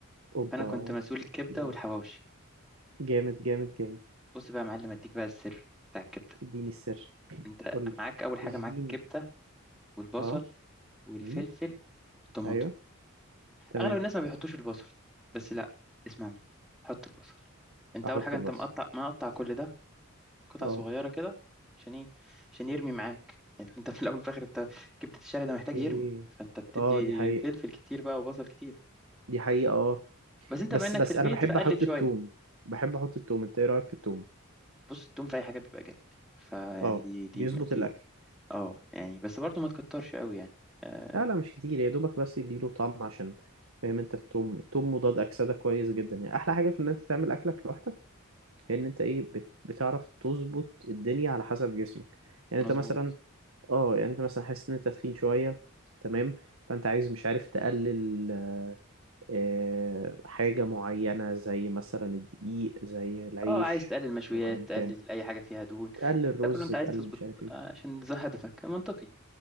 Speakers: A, on the right; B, in the centre.
A: اوبا
B: فانا كنت مسؤول الكبدة
A: جامد
B: والحواوشي
A: جامد جامد جامد
B: بص بقى يا معلم اديك بقى السر بتاع الكبدة
A: اديني السر
B: انت
A: قول لي
B: معاك اول حاجة
A: اشجيني
B: معاك الكبدة والبصل
A: اه
B: والفلفل
A: امم
B: والطماطم
A: ايوه تمام
B: اغلب الناس ما بيحطوش البصل بس لا اسمع مني حط البصل انت
A: احط
B: اول حاجه
A: البصل
B: انت مقطع مقطع كل ده قطع
A: اه
B: صغيره كده عشان ايه عشان يرمي معاك يعني انت في الاول وفي الاخر انت كبده الشارع ده
A: اوكي
B: محتاج يرمي فانت بتدي
A: اه دي حقيقة
B: فلفل كتير بقى وبصل كتير
A: دي حقيقة اه
B: بس انت
A: بس
B: بما انك
A: بس
B: في البيت
A: انا بحب
B: فقلل
A: احط
B: شويه
A: التوم بحب احط التوم انت ايه رأيك في التوم
B: بص التوم في اي حاجه بيبقى جامد فيعني
A: اه
B: دي دي
A: بيظبط
B: دي
A: الاكل
B: اه يعني بس برضو ما تكترش قوي يعني آه
A: لا لا مش كتير يا دوبك بس يديله طعم عشان فاهم انت التوم التوم مضاد اكسدة كويس جدا يعني احلى حاجة في ان انت تعمل اكلك لوحدك هي ان انت ايه بت... بتعرف تظبط الدنيا على حسب جسمك يعني انت
B: مظبوط
A: مثلا اه يعني انت مثلا حاسس ان انت تخين شوية تمام فانت عايز مش عارف تقلل آه، آه، حاجة معينة زي مثلا الدقيق زي العيش
B: اه عايز تقلل مشويات
A: او ايا
B: تقلل
A: كان
B: اي حاجه فيها دهون
A: تقلل رز
B: ده كله انت
A: تقلل
B: عايز تظبط
A: مش عارف ايه
B: آه، عشان ده هدفك منطقي